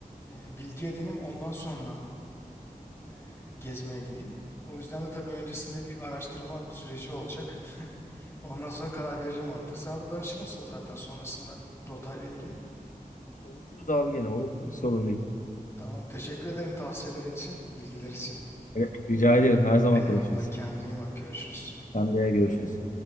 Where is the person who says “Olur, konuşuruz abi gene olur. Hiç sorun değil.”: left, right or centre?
Left